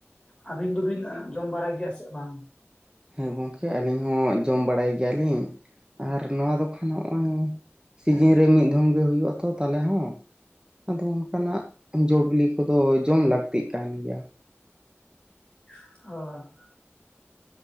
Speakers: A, on the left; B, on the right.
A: ᱟᱹᱵᱤᱱ ᱫᱚᱵᱤᱱ ᱡᱚᱢ ᱵᱟᱲᱟᱭ ᱜᱮᱭᱟ ᱥᱮ ᱵᱟᱝ?
B: ᱦᱮᱸ ᱜᱚᱝᱠᱮ ᱟᱹᱞᱤᱧ ᱦᱚᱸ ᱡᱚᱢ ᱵᱟᱲᱟᱭ ᱜᱮᱭᱟᱞᱤᱧ ᱟᱨ ᱱᱚᱣᱟ ᱫᱚ ᱠᱷᱟᱱ ᱱᱚᱜ-ᱚᱭ ᱥᱤᱡᱤᱱ ᱨᱮ ᱢᱤᱫ ᱫᱷᱚᱢ ᱜᱮ ᱦᱩᱭᱩᱜ-ᱟ ᱛᱚ ᱛᱟᱞᱮ ᱦᱚᱸ ᱾ ᱟᱫᱚ ᱚᱱᱠᱟᱱᱟᱜ ᱡᱚ ᱵᱤᱞᱤ ᱠᱚᱫᱚ ᱡᱚᱢ ᱞᱟᱹᱠᱛᱤᱜ ᱠᱟᱱ ᱜᱮᱭᱟ ᱾
A: ᱦᱚᱭ ᱾